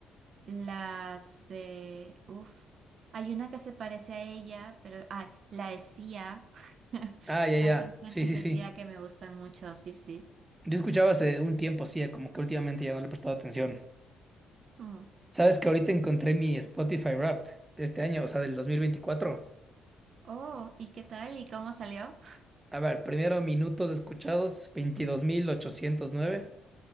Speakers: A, on the right; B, on the right.
A: las de, uff, hay una que se parece a ella, pero, ah, la de Sia, <laughs>
B: Ah, ya, ya.
A: hay canciones
B: Sí, sí,
A: de
B: sí.
A: Sia que me gustan mucho, sí, sí.
B: Yo escuchaba hace un tiempo, sí, como que últimamente ya no le he prestado atención.
A: Mm.
B: Sabes que ahorita encontré mi Spotify Wrapped de este año, o sea, del 2024.
A: Oh, ¿y qué tal? ¿Y cómo salió?
B: A ver, primero minutos escuchados, 22.809.